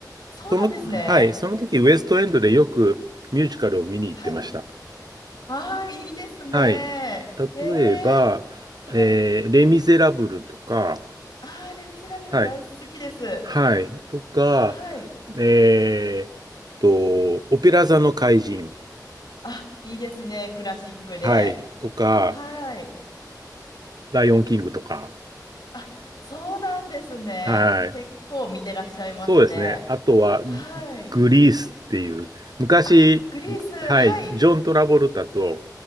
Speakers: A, on the left; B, on the right.
A: そうなんですね。
B: その、はい、その時ウエストエンドでよくミュージカルを見に行ってました。
A: はい。ああ、いいですね。
B: はい。例えば、
A: へえ。はい。
B: えーレ・ミゼラブルとか、
A: ああ、レ・ミゼラブル大好きです。
B: はい、はい、とか、
A: はい。
B: えーっと、オペラ座の怪人、
A: あ、いいですね。クラシックで。
B: はい、とか、
A: はい。
B: ライオンキングとか。
A: あ、そうなんですね。
B: はい。
A: 結構見てらっしゃいますね。
B: そうですね。あとは、
A: はい。
B: ググリースっていう、昔、
A: あ、グリース、
B: はい、
A: はい。
B: ジョン・トラボルタと